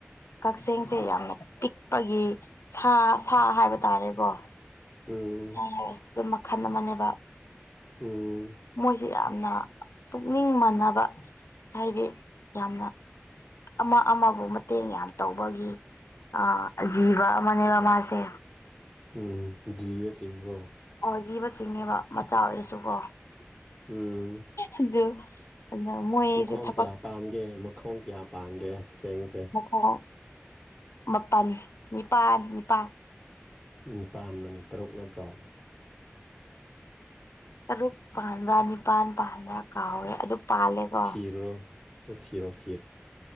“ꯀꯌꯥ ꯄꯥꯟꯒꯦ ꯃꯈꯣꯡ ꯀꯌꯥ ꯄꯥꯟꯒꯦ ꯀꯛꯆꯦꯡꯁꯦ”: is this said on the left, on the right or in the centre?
Centre